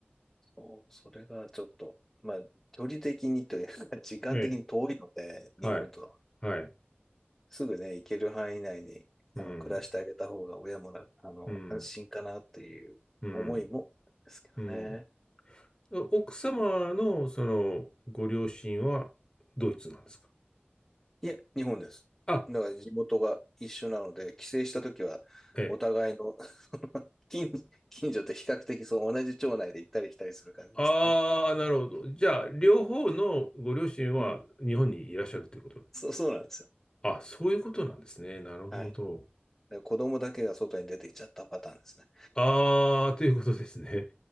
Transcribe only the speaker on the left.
ええ、はい、
はい。
うん、うん、うん、うん。奥様の、その、ご両親は、ドイツなんですか
あ、
ええ。
ああ、なるほど。じゃあ、両方のご両親は、
日本にいらっしゃるということなんですか
あ、そういうことなんですね。なるほど。
ああ、ということですね。